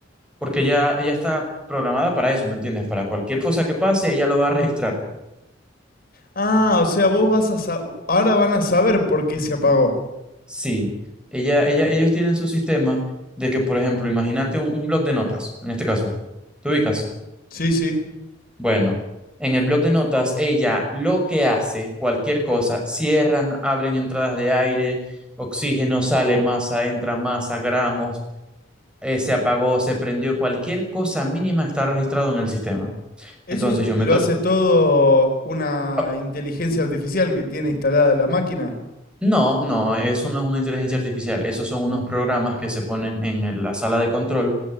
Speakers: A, in the centre; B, on the left.
A: porque ya ella está programada para eso, ¿me entiendes? Para cualquier cosa que pase, ella lo va a registrar.
B: Ah, o sea, vos vas a sa- ahora van a saber por qué se apagó.
A: Sí, ella, ella, ellos tienen su sistema de que, por ejemplo, imagínate un, un blog de notas, en este caso, ¿te ubicas?
B: Sí, sí.
A: Bueno, en el blog de notas, ella lo que hace, cualquier cosa, cierran, abren entradas de aire, oxígeno, sale masa, entra masa, gramos, eh, se apagó, se prendió, cualquier cosa mínima está registrado en el sistema.
B: Eso
A: Entonces
B: es-
A: yo meto...
B: lo hace todo una
A: Ah,
B: inteligencia artificial que tiene instalada la máquina.
A: No, no, eso no es una inteligencia artificial, esos son unos programas que se ponen en el- la sala de control